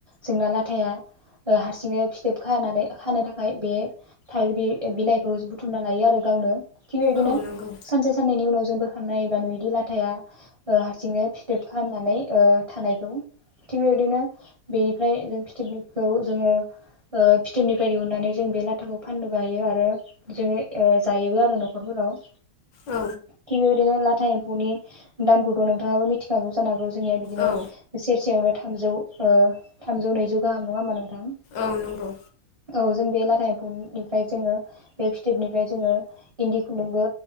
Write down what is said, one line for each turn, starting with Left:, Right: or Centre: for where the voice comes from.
Right: जोंना लाथाया हारसिंनो फिथोब खानानै खानो थाखाय बे थाइिर बिलाइखौ बुथुमना लायो आरो गावनो थि बेबायदिनो
Left: औ नंगौ
Right: सानसे साननैनि उनाव जोंबो। खनाय एबा नुदि लाथाया हारसिंनो फिथोब खालामनानै थानायखौ थिग बेबायदिनो। बेनिफ्राय जों फिथोबखौ जोङो फिथोबनिफ्राय दिहुननानै जों बे लाथाखौ फाननोबो हायो आरो जोङो जायोबो आरो न'खरफोराव
Left: औ
Right: थिबिदिनो ला एम्फौनि दामखौ नोंथाङाबो मिथिखागौ जानो हागौ। जोंनिया बिदिनो
Left: औ
Right: सेरसेयावनो थामजौ। थामजौ नैजौ गाहाम नङा मा नों
Left: औ नंगौ
Right: औ जों बे लाथा निफ्राय जोङो बे फिथोबनिफ्राय जोङो इन्दि खुन्दुंबो